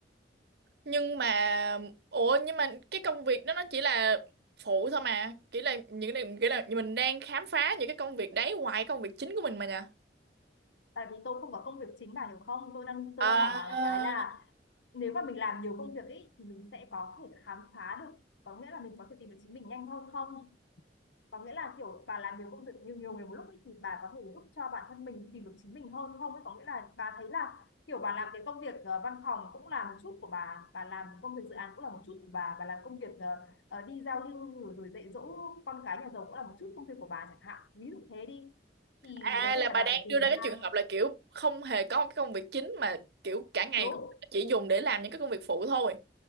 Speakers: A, on the right; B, on the left.
A: nhưng mà ủa nhưng mà cái công việc đó nó chỉ là phụ thôi mà chỉ là những cái kiểu là mình đang khám phá những cái công việc đấy ngoài công việc chính của mình mà nha
B: tại vì tôi không có công việc chính bà hiểu không tôi đang tôi
A: à
B: đang hỏi bà là cái là nếu mà mình làm nhiều công việc ấy thì mình sẽ có thể khám phá được có nghĩa là mình có thể tìm được chính mình nhanh hơn không có nghĩa là kiểu bà làm nhiều công việc nhiều nhiều người một lúc ấy, thì bà có thể giúp cho bản thân mình tìm được chính mình hơn không ấy có nghĩa là bà thấy là kiểu bà làm cái công việc ờ, văn phòng cũng là một chút của bà bà làm công việc dự án cũng là một chút của bà bà làm công việc ờ, ờ, đi giao lưu rồi, rồi dạy dỗ con cái nhà giàu cũng là một chút công việc của bà chẳng hạn ví dụ thế đi thì
A: à
B: vấn đề
A: là
B: là
A: bà
B: bà
A: đang
B: phải tìm
A: đưa ra cái
B: ra
A: trường hợp là kiểu không hề có cái công việc chính mà kiểu cả ngày
B: đúng
A: chỉ dùng để làm những cái công việc phụ thôi